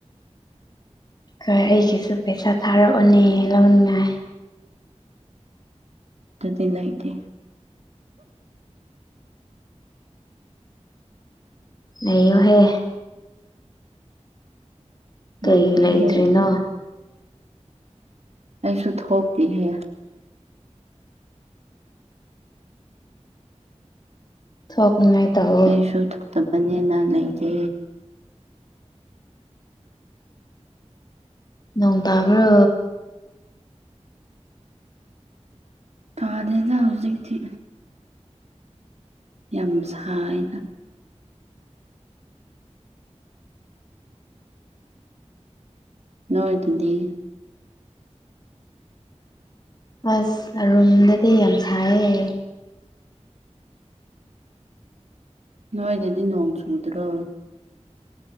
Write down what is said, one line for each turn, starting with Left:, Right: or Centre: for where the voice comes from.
Left: ꯈꯣꯏ ꯑꯩꯒꯤꯁꯨ ꯄꯩꯁꯥ ꯊꯥꯔꯛꯑꯣꯅꯦ ꯂꯧꯅꯤꯡꯉꯥꯏ
Right: ꯗꯨꯗꯤ ꯂꯩꯇꯦ
Left: ꯂꯩꯌꯣꯍꯦ
Right: ꯂꯩꯇꯦꯍꯦ
Left: ꯀꯩ ꯂꯩꯇ꯭ꯔꯤꯅꯣ
Right: ꯑꯩꯁꯨ ꯊꯣꯛꯇꯤꯍꯦ
Left: ꯊꯣꯛꯅꯤꯉꯥꯏ ꯇꯧ
Right: ꯑꯩꯁꯨ ꯊꯣꯛꯇꯕꯅꯦꯅ ꯂꯩꯇꯦ
Left: ꯅꯣꯡ ꯇꯥꯕ꯭ꯔꯣ
Right: ꯇꯥꯗꯦꯗ ꯍꯧꯖꯤꯛꯊꯤ ꯌꯥꯝ ꯁꯥꯏꯗ ꯅꯣꯏ ꯗꯨꯗꯤ
Left: ꯑꯁ ꯑꯔꯨꯝꯗꯗꯤ ꯌꯥꯝ ꯁꯥꯏꯌꯦ
Right: ꯅꯣꯏꯗꯗꯤ ꯅꯣꯡ ꯆꯨꯗ꯭ꯔꯣ